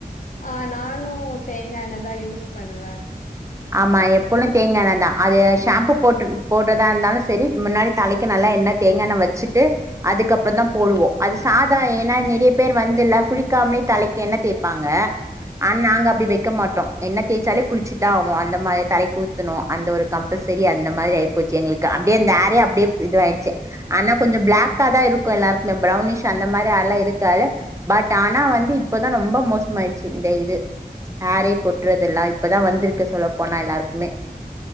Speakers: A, on the left; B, on the right.
A: ஆ நானும் தேங்கா எண்ணெய் தா யூஸ் பண்ணுவேன்
B: ஆமா எப்பளும் தேங்கா எண்ணெய் தான் அது ஷாம்பூ போட்டு போட்டுறதா இருந்தாலும் சரி முன்னாடி தலைக்கு நல்லா எண்ணெய் தேங்கா எண்ணெ வச்சுட்டு அதுக்கப்புறம் தான் போடுவோம் அது சாதா ஏன்னா நிறைய பேர் வந்துல குளிக்காமலே தலைக்கு என்ன தேய்பாங்க ஆனா நாங்க அப்டி வைக்க மாட்டோம் எண்ணெய் தேய்ச்சாலே குளிச்சிட் டாவோம் அந்த மாரி தலைக்கு ஊத்துனோம் அந்த ஒரு கம்பல்சரி அந்த மாரி ஆய் போச்சு எங்களுக்கு அப்டியே அந்த ஹேர் அப்டி இது ஆயிடுச்சு ஆனா கொஞ்சோ பிளாக்கா தா இருக்கும் எல்லாருக்கும் பிரௌனிஷ் அந்த மாரி ஹார்லாம் இருக்காது பட் ஆனா வந்து இப்பதான் ரொம்ப மோசமாயிடுச்சு இந்த இது ஹரே கொட்றது எல்லாம் இப்பதான் வந்துருக்கு சொல்லப்போனா எல்லாருக்குமே